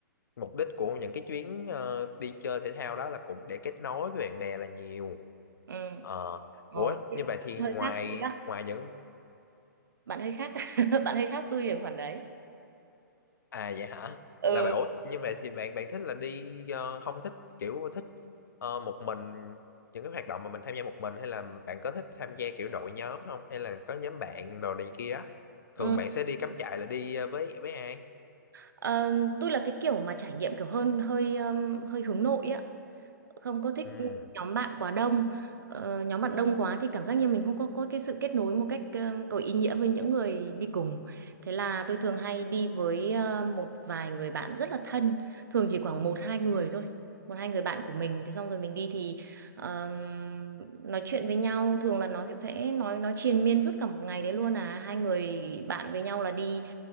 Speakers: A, on the left; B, on the right.
A: mục đích của những cái chuyến ờ, đi chơi thể thao đó là cũng để kết nối với bạn bè là nhiều
B: ừ.
A: Ờ,
B: Ờ.
A: ủa
B: Bạn
A: như vậy thì
B: hơi
A: ngoài
B: khác tôi á
A: ngoài những
B: bạn hơi khác <laughs> bạn hơi khác tôi ở khoản đấy
A: à vậy hả
B: ừ,
A: là bạn ủa như vậy thì bạn bạn thích là đi ờ, không thích kiểu thích ờ, một mình những cái hoạt động mà mình tham gia một mình hay là bạn có thích tham gia kiểu đội nhóm không hay là có nhóm bạn đồ này kia á?
B: ừ.
A: thường bạn sẽ đi cắm trại là đi ờ, với với ai
B: Ờ, tôi là cái kiểu mà trải nghiệm kiểu hơn hơi um, hơi hướng nội á không có thích
A: ừ
B: nhóm bạn quá đông Ờ, nhóm bạn đông quá thì cảm giác như mình không có có cái sự kết nối một cách ờ, có ý nghĩa với những người đi cùng thế là tôi thường hay đi với ờ, một vài người bạn rất là thân thường chỉ khoảng một hai người thôi một hai người bạn của mình thế xong rồi mình đi thì ờm, nói chuyện với nhau thường là nó sẽ nói nói triền miên suốt cả một ngày đấy luôn à hai người bạn với nhau là đi